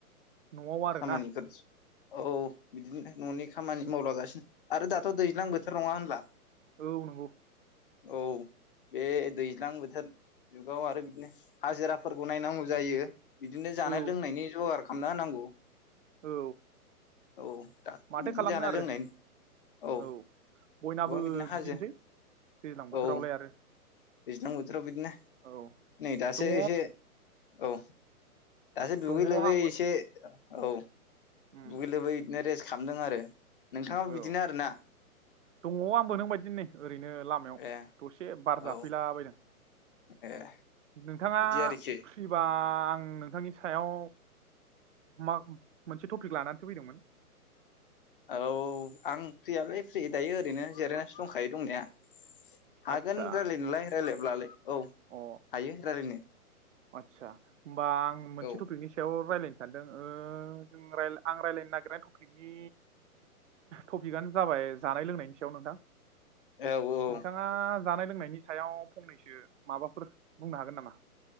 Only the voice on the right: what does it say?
नआव आरोना।
औ नंगौ।
औ
औ।
माथो
खालामनो
आरो
औ
बयनाबो
बिदिनोसै
दैज्लां बोथोरावलाय
आरो।
औ
दङ
दङ
आंबो
उम
औ
दङ आंबो नों बायदि नै ओरैनो लामायाव
दसे बार
जा फैलाबायदों।
नोंथाङा
फ्रिबा आं नोंथांनि सायाव मा मोनसे टपिक लानानैसो फैदोंमोन।
आतसा
अ
आदसा होमबा आं मोनसे
टपिकनि सायाव रायलायनो सानदों जों आं रायज्लायनो नागिरनाय टपिकनि टपिकआनो जाबाय जानाय लोंनायनि सायाव नोंथां।
नोंथाङा जानाय लोंनायनि सायाव फंनैसो माबाफोर बुंनो हागोन नामा?